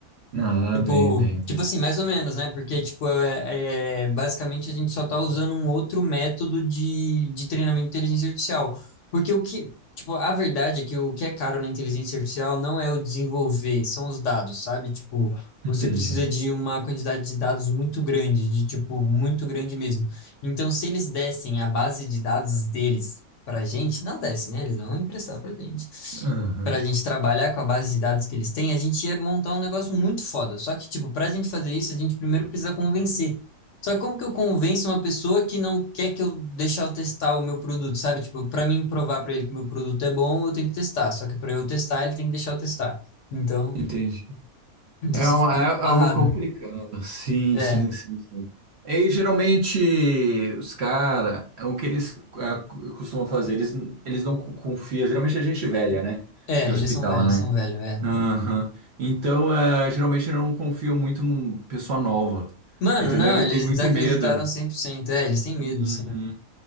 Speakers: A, on the right (about 55°); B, on the left (about 65°).
A: Ah,
B: Tipo,
A: bem, bem. bem.
B: tipo assim, mais ou menos, né? Porque, tipo, é, é- basicamente a gente só tá usando um outro método de, de treinamento de inteligência artificial. Porque o que, tipo, a verdade é que o que é caro na inteligência artificial não é o desenvolver, são os dados, sabe? Tipo, você
A: Entendi.
B: precisa de uma quantidade de dados muito grande, de, tipo, muito grande mesmo. Então, se eles dessem a base de dados deles pra gente, não dessem, né? Eles vão emprestar pra gente
A: Aham,
B: para a gente trabalhar com a base de dados que eles têm, a gente ia montar um negócio muito foda. Só que, tipo, para a gente fazer isso, a gente primeiro precisa convencer. Só que como que eu convenço uma pessoa que não quer que eu deixar eu testar o meu produto, sabe? Tipo, para mim provar para ele que o meu produto é bom, eu tenho que testar. Só que para eu testar, ele tem que deixar eu testar. Então,
A: Entendi.
B: então
A: É,
B: você
A: uma,
B: fica
A: é
B: meio amarrado.
A: algo complicado. Sim,
B: É,
A: sim, sim, sim. E geralmente os caras, o que eles ah, costumam fazer, eles, eles não confiam. Geralmente é gente velha, né?
B: é,
A: De hospital,
B: eles são velhos,
A: né?
B: eles são velhos, é.
A: Aham. Então, é, geralmente eu não confio muito num pessoa nova.
B: Mano,
A: Entendeu?
B: não,
A: Ele
B: eles
A: tem muito
B: desacreditaram
A: medo.
B: cem por cento É, eles têm
A: Uhum.
B: medo, eles